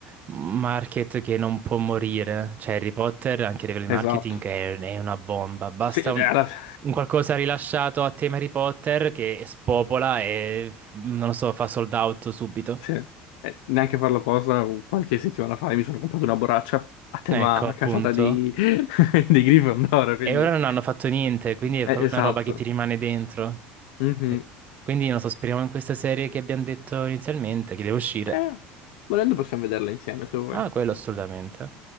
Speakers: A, on the right (about 35°); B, on the left (about 80°).
A: market che non può morire. Cioè, Harry Potter, anche a livello di
B: esatto.
A: marketing, è, è una bomba. Basta
B: Sì, eh,
A: un
B: alla- <laughs>
A: qualcosa rilasciato a tema Harry Potter che spopola e, f- non lo so, fa sold out subito.
B: sì. Eh, neanche farlo apposta, qualche settimana fa mi sono comprato una borraccia a tema
A: Ecco, appunto.
B: casata di, <laughs> di Gryffindor, quindi...
A: E ora non hanno fatto niente, quindi è
B: Eh,
A: proprio
B: esatto.
A: una roba che ti rimane dentro.
B: Mhm.
A: E quindi, non so, speriamo in questa serie che abbiamo detto inizialmente, che deve uscire.
B: Eh, volendo possiamo vederla insieme, se vuoi.
A: Ah, quello assolutamente.